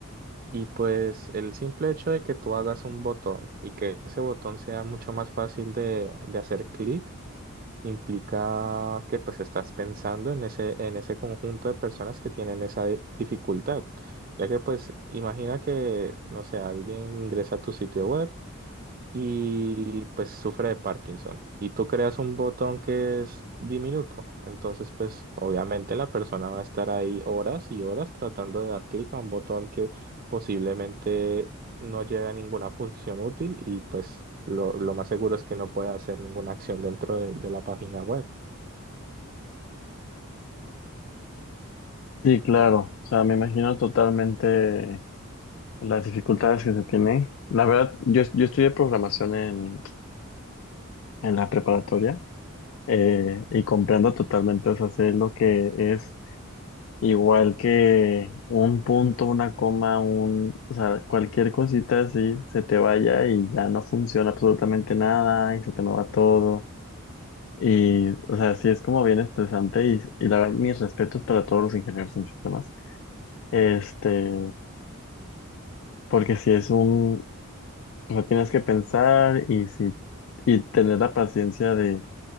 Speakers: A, on the right; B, on the left.
A: Y pues el simple hecho de que tú hagas un botón y que ese botón sea mucho más fácil de, de hacer clic, implica que pues estás pensando en ese, en ese conjunto de personas que tienen esa di- dificultad. Ya que pues imagina que, no sé, alguien ingresa a tu sitio web y pues sufre de Parkinson. Y tú creas un botón que es diminuto. Entonces, pues obviamente la persona va a estar ahí horas y horas tratando de dar clic a un botón que posiblemente no lleve a ninguna función útil y pues lo, lo más seguro es que no pueda hacer ninguna acción dentro de de la página web.
B: Sí, claro, o sea, me imagino totalmente las dificultades que se tiene. La verdad, yo, yo estudié programación en, en la preparatoria. eh, y comprendo totalmente, o sea, sé lo que es igual que un punto, una coma, un, o sea, cualquier cosita así se te vaya y ya no funciona absolutamente nada y se te mueva todo. Y, o sea, sí es como bien estresante y, y la verdad, mis respetos para todos los ingenieros en sistemas. Este, porque si es un, o sea, tienes que pensar y si, y tener la paciencia de